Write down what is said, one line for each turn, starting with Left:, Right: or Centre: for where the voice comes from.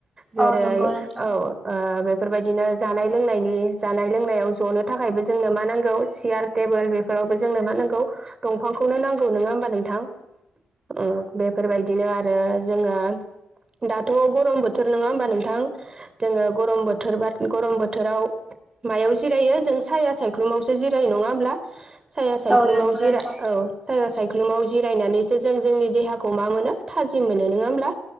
Right: जेरै
Centre: औ नंगौ
Right: औ
Centre: नोंथां
Right: ओ बे बेफोरबायदिनो जानाय लोंनायनि जानाय लोंनायाव ज'नो थाखायबो नांगौ सियार टेबल बेफोरावबो जोंनो मा नांगौ दंफां खौनो नांगौ नोंङा होनबा नोंथां? उम बेफोर बायदिनो आरो जोंङो दाथ' गरम बोथोर नोंङा होनबा नोंथां? जोंङो गरम बोथोरबा गरम बोथोराव मायाव जिरायो जोंङो सायहा सायख्लुमावसो जिरायो नंङा होमब्ला? साया सायख्लुमाव
Centre: औ नंगौ
Right: जिरा
Centre: नोंथां
Right: औ साया सायख्लुमाव जिरायनानैसो जों जों जोंनि देहाखौ मा मोनो थाजिम मोनो नोंङा होमब्ला?